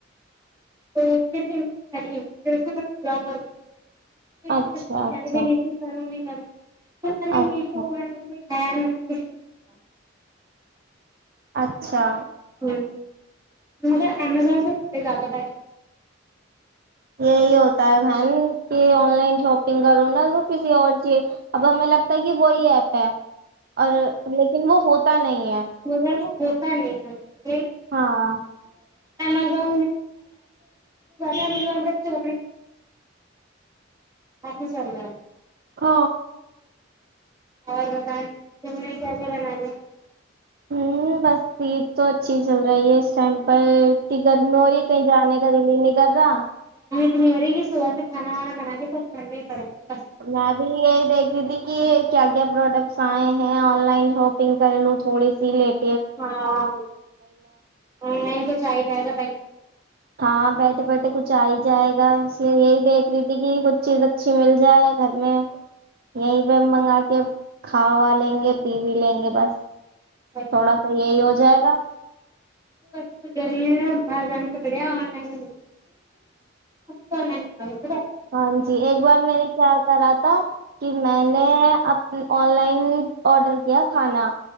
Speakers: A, on the right; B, on the right.
A: تو اس میں پھر ان کھی ہوگی
B: اچھا
A: پ س
B: اچھا
A: جال بھی د پار سر
B: اچھا
A: میشو میںج ہ
B: اچھا
A: ہ مگر امزون پہے زیادہ بیش نہیں
B: یہی ہوتا ہے بہن کہ آن لائن شاپنگ کرو نا تو کسی اور چیز اب ہمیں لگتا ہے کہ وہی ایپ ہے اور لیکن وہ ہوتا پت نہیں ہے
A: <unintelligible> ت نہیں
B: ہاں
A: امزون ومزون کچ ک آپا چل رہا ہے
B: ہ
A: اور دکان نہیں کیسے بنا دیں
B: ہوں بس یہید تو اچھی چل رہی ہے اس ٹائم پر انی گرمی ہو رہی ہے کہیں جانے کا دلی نہیں کرر رہا
A: کنی ہو رہی ہےی صبح سے کانا وانا بنا کے سھرر ہی پڑے گے
B: میں بھی یہی دیکھی تھی کہ کیا کیا پروڈکٹس آئے ہیں آن لائن شاپنگ کر لوں تھوڑی سی لیٹ
A: ہاں آن لائن کچ چاہ جائے گا
B: ہاں بیٹھے بیٹھے کچھ آ ہی جائے گا یہ د ایک ریتی کی گ چیز اچھی مل جائے گھر میں یہیں پہ ہم منگا کے کھا وا لیں گے پی بھی لیں گے بس
A: بیٹھے
B: تھوڑا سا یہ ہو جائے گا
A: وسے تو ج رہی ہے ن باہر جانے سے پڑےیا آن لائن میں <inaudible> <inaudible>
B: ہاں جی ایک بار میں نے کیا کرا تھا کہ میں نے اب آن لائن آڈر کیا کھانا